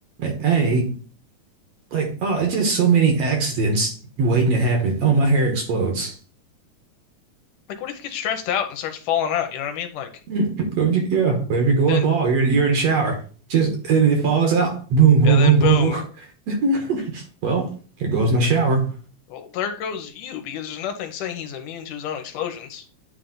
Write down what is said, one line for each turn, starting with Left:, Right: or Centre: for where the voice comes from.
Right: Hey, like, oh, it's just so many accidents waiting to happen. Oh, my hair explodes.
Left: Like what if he gets stressed out and starts falling out? You know what I mean? Like
Right: Mm, Yeah, if you're going
Left: then
Right: bald, you're you're in the shower. Just and it falls out. Boom, boom,
Left: and then boom.
Right: boom, boom, boom. <laughs> Well, here goes my shower.
Left: Well, there goes you because there's nothing saying he's immune to his own explosions.